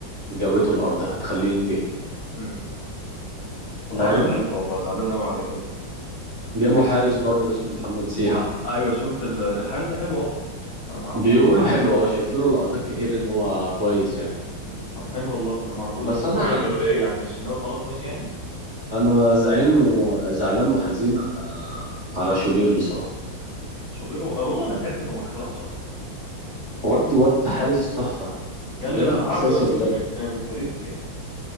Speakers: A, on the right; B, on the left.
A: جابته الارض هتخليه ينتهي
B: مم. والله
A: فاهم
B: انا زعلت والله زعلان قوي عليه بجد
A: جابوا حارس برضو اسمه محمد سيحة
B: ايوه شفت ال- الحارس ده حلو اصلا انا ما اعرفوش
A: بيقولوا حلو اه شفت له لقطات كتير ان هو كويس يعني
B: مم، طب حلو والله انا ما اعرفوش
A: بس
B: بس
A: انا
B: هم جايبينه ليه يعني الشناوي خلاص ماشي يعني
A: انا زعين وزعلان وحزين على على شوبير بصراحة
B: شوبيرو آه، والله انا زعلت انه ما احترفش اصلا
A: ود ود حارس تحفة
B: جاله
A: يلعب
B: يا ابني عرض
A: اساسي
B: رسمي
A: بجد
B: من من فالنسيا